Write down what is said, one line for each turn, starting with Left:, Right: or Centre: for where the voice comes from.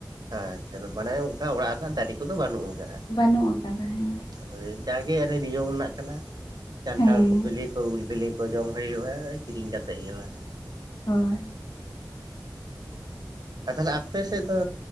Right: ᱟᱪᱪᱷᱟ ᱢᱟᱱᱮ ᱚᱝᱠᱟ ᱚᱲᱟᱜ ᱨᱮᱱᱟᱜ ᱫᱟᱨᱮ ᱠᱚᱫᱚ ᱵᱟᱹᱱᱩᱜ ᱟᱠᱟᱜ
Left: ᱵᱟᱹᱱᱩᱜ ᱟᱠᱟᱫᱟ ᱦᱮᱸ
Right: ᱦᱳᱭ ᱡᱟᱜᱮ ᱟᱨ ᱱᱤᱭᱚᱢ ᱨᱮᱱᱟᱜ ᱠᱟᱱᱟ ᱠᱟᱱᱴᱷᱟᱲ
Left: ᱦᱮᱸ
Right: ᱠᱚ ᱵᱤᱞᱤ ᱠᱚ ᱩᱞ ᱵᱤᱞᱤ ᱠᱚ ᱠᱚ ᱡᱚᱢ ᱦᱩᱭᱩᱜᱼᱟ ᱠᱤᱨᱤᱧ ᱠᱟ ᱠᱟᱛᱮᱫ ᱜᱮ ᱵᱟᱝ
Left: ᱦᱳᱭ
Right: ᱟᱨ ᱛᱟᱞᱦᱮ ᱟᱯᱮ ᱥᱮᱫ ᱫᱚ